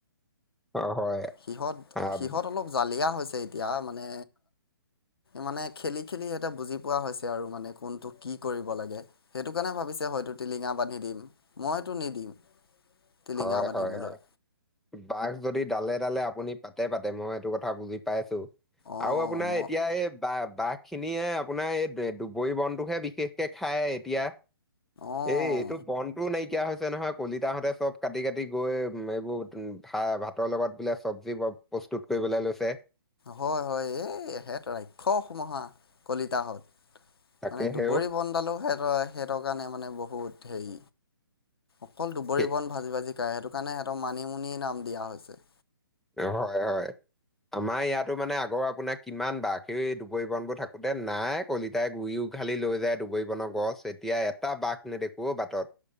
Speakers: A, in the centre; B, on the left.
A: অ হয়
B: সিহঁত-সিহঁত
A: আহ
B: অলপ জালিয়া হৈছে এতিয়া মানে
A: <inaudible>
B: মানে খেলি খেলি সিহঁতে বুজি পোৱা হৈছে আৰু মানে কোনটো কি কৰিব লাগে। সেইটো কাৰণে ভাবিছে হয়তো টিলিঙা বান্ধি দিম। মইতো নিদিম। টিলিঙা
A: হয়-হয়-হয়
B: বান্ধিবলৈ
A: বাঘ যদি ডালে ডালে আ আপুনি পাতে-পাতে মই এইটো কথা বুজি পাইছো।
B: অঁ
A: আৰু আপোনাৰ
B: ম
A: এতিয়া এই বা বাঘ খিনিয়ে আপোনাৰ এই দুবৰি বনটোকহে বিশেষকে খায় এতিয়া।
B: অঁ
A: এই এইটো বনটোও নাইকিয়া হৈছে নহয় কলিতাহঁতে চব কাটি কাটি গৈ উম এইবোৰ উম ভা-ভাতৰ লগত বিলে চব্জি প্ৰস্তুত কৰিবলৈ লৈছে।
B: হয় হয় এই এহেত ৰাক্ষস সুমাখা। কলিতাহত।
A: তাকে
B: মানে
A: সেও
B: দুবৰি বনডালো সেত-সেইহতৰ কাৰণে মানে বহুত। কেই অকল দুবৰি
A: সে-
B: বন ভাজি-ভাজি খায়। সেইটো কাৰণে সিহঁতক মানিমুনি নাম দিয়া হৈছে।
A: হয় হয়। আমাৰ ইয়াতো মানে আগৰ আপোনাৰ কিমান বাঘে দুপৰি বনবোৰ থাকোতে, নাই কলিতাই গুৰিও উঘালি লৈ যায় ডুবৰি বনৰ গছ, এতিয়া এটা বাঘ নেদেখো বাটত।